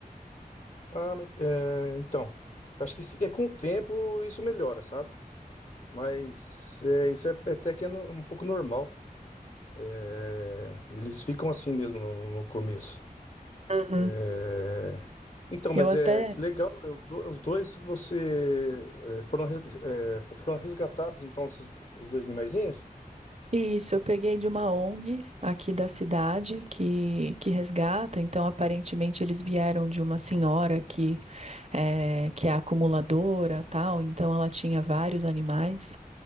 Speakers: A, on the left (about 45°); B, on the right (about 45°).
A: ah, mas, é, então, acho que se- é com o tempo isso melhora, sabe? Mas é, isso é é até que é no- um pouco normal. É, eles ficam assim mesmo no, no começo.
B: Uhum.
A: É, Então,
B: Eu
A: mas
B: até.
A: é que legal, é, os do- os dois que você é, foram, res- é, foram resgatados, então, esses- os dois animaizinhos?
B: Isso, eu peguei de uma ONG aqui da cidade que, que resgata. Então, aparentemente, eles vieram de uma senhora que é, que é acumuladora, tal, então ela tinha vários animais.